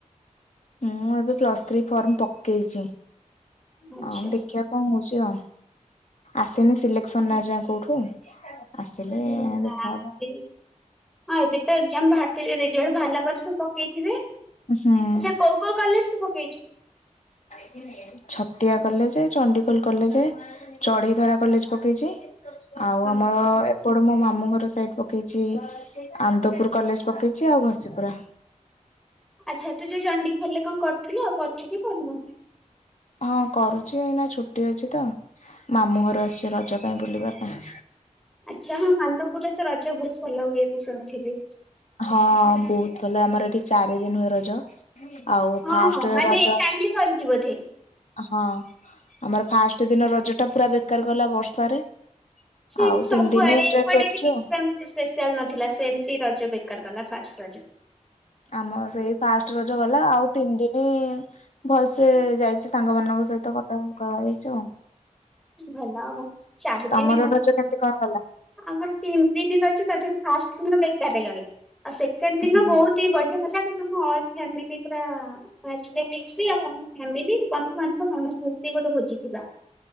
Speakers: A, on the left; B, in the centre.
A: ମୁଁ ଏବେ ପ୍ଲସ୍ ଥ୍ରୀ ଫର୍ମ ପକେଇଛି।
B: ଆଚ୍ଛା
A: ହଁ ମୁଁ ଦେଖିବା କଣ ହଉଛି ଆଉ ଆସିନି ସିଲେକ୍ସନ ନା ଏଯାଏ କୋଉଠୁ? ଆସିଲେ
B: ହୁଁ ନା
A: ଦେଖା ହବ।
B: ହଁ ଏବେ ତ ଏକ୍ଜାମ ବାହାରିଥିଲେ ରେଜଲ୍ଟ ବାହାରିଲା ପରେ ସବୁ ପକେଇଥିବେ।
A: ହୁଁ।
B: ଆଚ୍ଛା କୋଉ କୋଉ କଲେଜ ତୁ ପକେଇଛୁ?
A: <inaudible> Chhatia college, Chandikhol college, Chadhei Dhara college, ପକେଇଛି। ଆଉ
B: ହୁଁ
A: ଆମର ଏ ଏପଟ ମୋ ମାମୁଁ ଘର ସାଇଡ ପକେଇଛି ଆନନ୍ଦପୁର କଲେଜ ପକେଇଛି, ଆଉ ଘସି ପୁରା
B: ଆଚ୍ଛା ତୁ ଯୋଉ ଚଣ୍ଡିଖୋଲ ରେ କଣ କରୁଥିଲୁ ଆଉ କରୁଛୁ କି କରନୁ?
A: ହଁ କରୁଛି ଏଇନା ଛୁଟି ଅଛି ତ ମାମୁଁ ଘର ଆସିଛି ରଜ ପାଇଁ ବୁଲିବା ପାଇଁ।
B: ଆଚ୍ଛା ହଁ ଆନ୍ଦପୁରରେ ତ ରଜ ବହୁତ ଭଲ ହୁଏ ମୁଁ ଶୁଣିଥିଲି।
A: ହଁ ବହୁତ ଭଲ ଆମର ଏଠି ଚାରି ଦିନ ହୁଏ ରଜ। ଆଉ
B: ହଁ
A: ଫାଷ୍ଟ
B: ହଁ ମାନେ
A: ରଜ
B: କାଲି ସରିଛି ବୋଧେ।
A: ହଁ ଆମର ଫାଷ୍ଟ ଦିନ ରଜ ଟା ପୁରା ବେକାର ଗଲା ବର୍ଷାରେ।
B: ଠିକ୍
A: ଆଉ
B: ସବୁଆଡେ
A: ତିନି ଦିନ ଏଞ୍ଜୟ
B: ଏପଟେ
A: କରିଛୁ
B: ବି କିଛି
A: ଆଉ।
B: ସେମ୍ ସ୍ପେଶାଲ ନଥିଲା ସେମତି ରଜ ବେକାର କଲା ଫାଷ୍ଟ ରଜ।
A: ଆମ ସେଇ ଫାଷ୍ଟ ରଜ ଗଲା ଆଉ ତିନି ଦିନି ଭଲସେ ଯାଇଚି। ସାଙ୍ଗ ମାନଙ୍କ ସହିତ <unintelligible> ହେଇଚୁ ଆଉ।
B: ହେଲା ଆଉ। ଚାରିଦିନି
A: ତମର ରଜ କେମିତି କଣ ଗଲା?
B: ଆମର ତିନି ଦିନି ରଜ ତା ଦେହରୁ ଫାଷ୍ଟ ଦିନ ବେକାର ରେ ଗଲା। ଆଉ ସେକେଣ୍ଡ ଦିନ
A: ହୁଁ।
B: ବହୁତ୍ ବଢିଆ ହେଲା, କିନ୍ତୁ ଆମ ଅଲ୍ ଫାମିଲି ପୁରା <unintelligible> ଆଉ ଆମ ଫ୍ୟାମିଲି ବନ୍ଧୁବାନ୍ଧବ ସମସ୍ତେ ମିଶି ଗୋଟେ ଭୋଜି ଥିଲା।